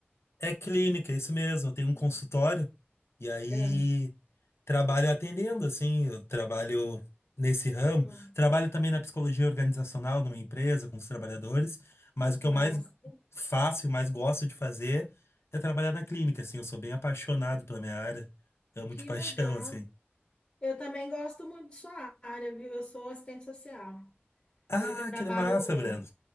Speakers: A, on the left; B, on the left.
A: É clínica, é isso mesmo. Eu tenho um
B: Hum.
A: consultório e aí
B: Ah,
A: trabalho atendendo, assim, eu trabalho nesse ramo.
B: ah,
A: Trabalho também na psicologia organizacional numa empresa com os trabalhadores, mas o que
B: massa.
A: eu mais faço e mais gosto de fazer é trabalhar na clínica, assim. Eu sou bem apaixonado pela minha área, amo
B: Que
A: de <laughs> paixão,
B: legal.
A: assim.
B: Eu também gosto muito de sua área, viu? Eu sou assistente social.
A: Ah,
B: Eu trabalho.
A: que massa, Breno.